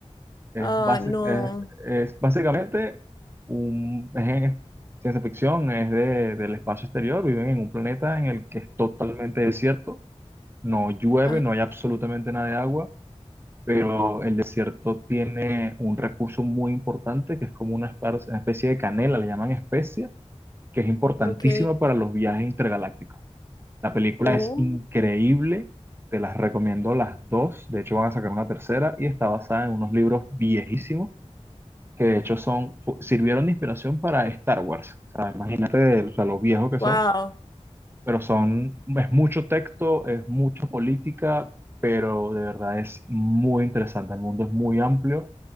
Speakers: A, on the right; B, on the left.
A: Es,
B: Ah,
A: basi-
B: no.
A: es- es básicamente un, es en- ciencia ficción, es de- del espacio exterior, viven en un planeta en el que es totalmente desierto, no llueve,
B: Ajá,
A: no hay absolutamente nada de agua, pero el desierto tiene un recurso muy importante que es como una espar- una especie de canela, le llaman especia que es importantísima
B: ok.
A: para los viajes intergalácticos. La película
B: Oh,
A: es increíble, te las recomiendo las dos, de hecho van a sacar una tercera y está basada en unos libros viejísimos que de hecho son, fu- sirvieron de inspiración para Star Wars. O sea, imagínate o sea, lo viejos que son,
B: wow.
A: pero son, es mucho texto, es mucha política, pero de verdad es muy interesante, el mundo es muy amplio.